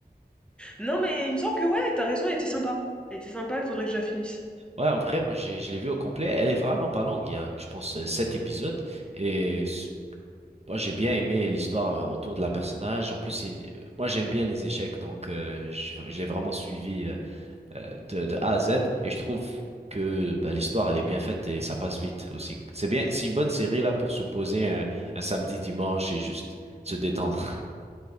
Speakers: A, in the centre; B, on the right (about 40°).
A: Non, mais il me semble que ouais, t'as raison, elle était sympa. Elle était sympa, il faudrait que je la finisse.
B: Ouais, en vrai, moi, j'ai, je l'ai vu au complet. Elle est vraiment pas longue. Il y a, je pense, euh, sept épisodes. Et s- Moi, j'ai bien aimé l'histoire euh, autour de la personnage. En plus, c'est- euh, moi, j'aime bien les échecs, donc euh, je je l'ai vraiment suivi euh, euh, de, de A à Z. Et je trouve que bah, l'histoire, elle est bien faite et ça passe vite aussi. C'est bien, c'est une bonne série là pour se poser un, un samedi, dimanche et juste se détendre. <laughs>